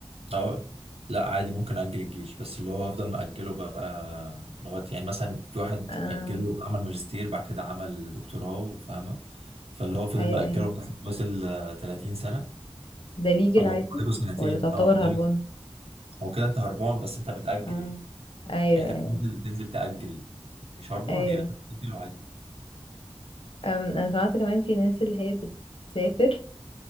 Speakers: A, on the right; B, on the left.
A: أو- لا عادي ممكن اجل الجيش بس اللي هو هفضل مأجله بقى لغايه يعني مثلا في واحد
B: اه
A: اجله عمل ماجستير بعد كده عمل دكتوراه فاهمه فاللي هو فضل
B: ايوه
A: مأجله
B: ايوه
A: لغاية ما وصل آه، 30 سنه
B: ده ليجل
A: او
B: عادي
A: هو فاضله سنتين
B: ولا تعتبر
A: اه فاضله
B: هربان
A: هو كده انت هربان بس انت بتأجل
B: اه
A: يعني
B: ايوه
A: يعني انت
B: ايوه
A: بتنزل تنزل تأجل مش هربان
B: ايوه
A: يعني انت بتأجل عادي
B: أم انا سمعت كمان في ناس اللي هي بتسافر